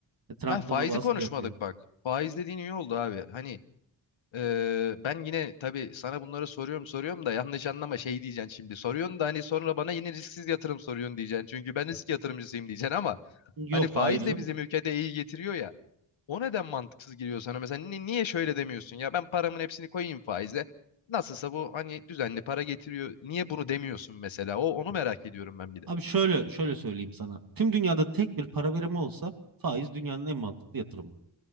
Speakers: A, on the right; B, on the left.
A: E, Trump
B: Ha faizi
A: da ona baskı
B: konuşmadık
A: yapıyor.
B: bak. Faiz dediğin iyi oldu abi. Hani eee, ben yine tabii sana bunları soruyorum soruyorum da yanlış anlama şey diyeceksin şimdi. Soruyorsun da hani sonra bana yine risksiz yatırım soruyorsun diyeceksin. Çünkü ben risk yatırımcısıyım diyeceksin ama
A: Yok
B: hani faiz
A: hayır canım.
B: de bizim ülkede iyi getiriyor ya. O neden mantıksız geliyor sana? Mesela ni- niye şöyle demiyorsun? Ya ben paramın hepsini koyayım faize. Nasılsa bu hani düzenli para getiriyor. Niye bunu demiyorsun mesela? O onu merak ediyorum ben bir de.
A: Abi şöyle şöyle söyleyeyim sana. Tüm dünyada tek bir para birimi olsa faiz dünyanın en mantıklı yatırımı.